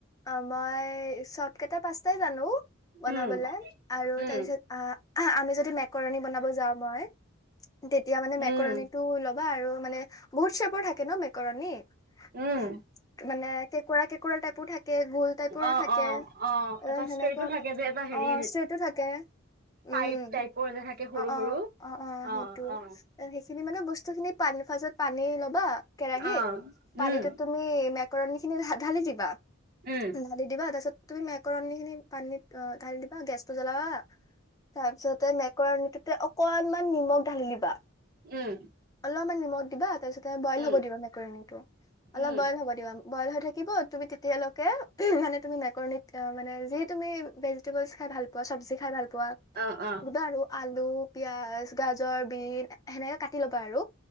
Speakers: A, on the left (about 15°); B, on the right (about 45°).
A: অ' মই চব কেইটা পাছ টাই জানো বনাবলে।
B: উম
A: আৰু
B: উম
A: তাৰপিছত আ আমি যে <unintelligible> মেকাৰোনি বনাব যাওঁ মই, তেতিয়া মানে মেকাৰোনি
B: উম
A: টো লবা আৰু মানে বহুত <unintelligible> <unintelligible> থাকে ন মেকৰণী
B: উম
A: <unintelligible> উম মানে কেঁকোৰা কেঁকোৰা টাইপো থা <unintelligible> গোল টাইপৰ
B: অ
A: থাকে,
B: অ অ
A: এ
B: এটা
A: সেনেকুৱা
B: ষ্ট্ৰেটো থাকে যে এটা হেৰি
A: অ', ষ্ট্ৰেইট ও থাকে। উম,
B: পাইপ টাইপৰ যে থাকে সৰু
A: অ-অ,
B: সৰু
A: অ-অ
B: অ
A: সেইটো।
B: অ
A: সেইখিনি মানে বস্তুখিনি ফাৰত <unintelligible> পানী ল'বা কেৰাহিত
B: অ
A: পানীতো
B: উম
A: তুমি মেকৰণী খিনি ঢা-ঢালি দিবা।
B: উম
A: ঢালি দিবা তাৰপিছত। তুমি মেকৰণী খিনি পানীত ঢালি দিবা, গেছটো জ্বলাবা তাৰপিছতে মেকৰণীটোতে অকনমান নিমখ ঢালি দিবা।
B: উম
A: অলপমান নিমখ দিবা তাৰপিছত এ বইল
B: উম
A: হ'ব দিবা মেকৰণীটো, অলপ
B: উম
A: বইল হ'ব দিবা। বইল হৈ থাকিব তুমি তেতিয়ালৈ কে মানে তুমি মেকৰনীত মানে যি তুমি ভেজিটেবলছ্ খাই ভাল পোৱা চব্জি খাই ভাল পোৱা।
B: অ অ
A: পোৱা দিবা আৰু আলু পিয়াজ গাজৰ বিন সেনেকে কাটি ল'বা আৰু।